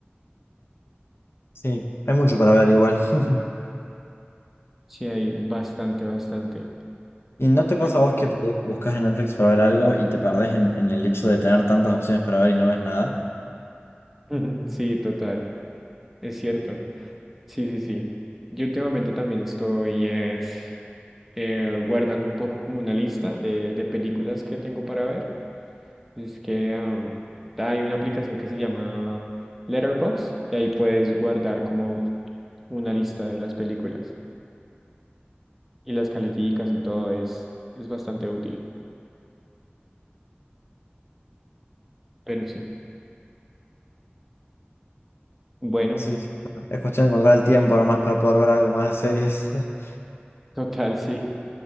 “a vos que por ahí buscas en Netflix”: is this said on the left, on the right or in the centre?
Left